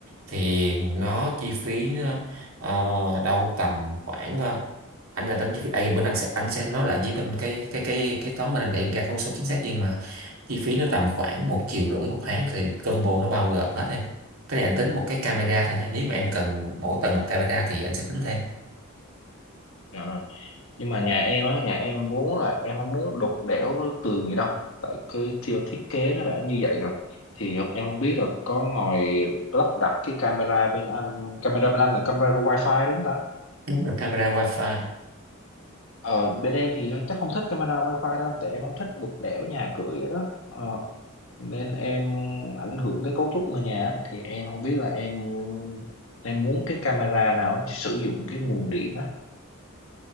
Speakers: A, on the right (about 85°); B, on the left (about 65°).
A: thì nó chi phí nó, ờ, đâu tầm khoảng ờ, anh là tính chi phí à, bên anh sẽ anh sẽ nói lại với bên cái cái cái cái toán bên anh để gạt con số chính xác nhưng mà chi phí nó tầm khoảng một triệu rưỡi một tháng thì combo nó bao gồm hết em cái này anh tính một cái camera thôi nha nếu mà em cần mỗi tầng một camera thì anh sẽ tính thêm
B: dạ rồi nhưng mà nhà em á nhà em vốn là em không muốn đục đẽo cái tường gì đâu tại cái theo thiết kế nó đã như vậy rồi thì không- em không biết là có ngồi lắp đặt cái camera bên anh camera bên anh là camera wifi đúng không ta
A: đúng là camera wifi
B: Ờ, bên em thì chắc không thích camera wifi đâu anh, tại em không thích đục đẽo nhà cửa vậy đó ờ, nên em ảnh hưởng tới cấu trúc người nhà á. thì em không biết là em em muốn cái camera nào sử dụng cái nguồn điện á